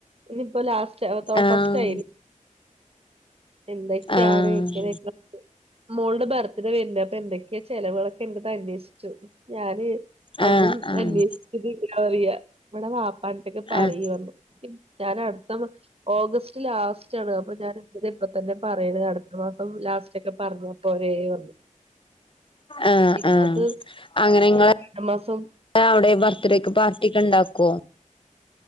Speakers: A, on the right (about 45°); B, on the left (about 40°).
A: ഇനി ഇപ്പോ ലാസ്റ്റ് തോ
B: ആഹ്
A: ഫസ്റ്റായി എന്തൊക്കെയാണ്
B: ആഹ്
A: എങ്ങനക്ക മോള്ടെ ബർത്ത്ഡേ വരുന്ണ്ട് അപ്പോ എന്തൊക്കെയ ചെലവുകളൊക്കെ ഇണ്ട്ന് അന്വേഷിച്ചു ഞാന്
B: ആഹ്
A: ഒന്നും
B: ആഹ്
A: അന്വേഷിച്ചില്ല പറിയ നമ്മടെ വാപ്പാന്ത്ത്ക്ക്‌ പറയ്
B: ആഹ് ആഹ്
A: വന്നു ഞാൻ അടുത്ത ഓഗസ്റ്റ് ലാസ്റ്റ് ആണ് അപ്പൊ ഞാൻ ഇ ഇപ്പൊ തന്നെ പറയ്ണ് അടുത്ത മാസം ലാ ലാസ്റ്റോക്കെ പറഞ്ഞപ്പോരേ പറഞ്ഞു
B: ആ
A: ഇക്കാക്ക്
B: ആ അങ്ങനെ ഇങ്ങളെ
A: രണ്ട് മാസം
B: അവിടെ ബർത്ത്ഡേക്ക് പാർട്ടി ഒക്കെ ഇണ്ടാക്കോ